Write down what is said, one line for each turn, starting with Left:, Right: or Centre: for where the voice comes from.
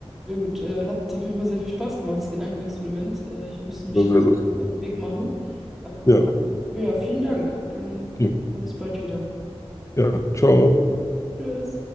Centre: ja gut, äh, hat auf jeden Fall sehr viel Spaß gemacht, das Gedankenexperiment. Äh, ich müsste
Left: Sehr,
Centre: mich lang
Left: lustig.
Centre: auf den Weg machen. Ähm,
Left: Ja,
Centre: ja, vielen Dank. Dann
Left: okay.
Centre: sehen wir uns bald wieder.
Left: Ja, ciao.
Centre: Tschüss.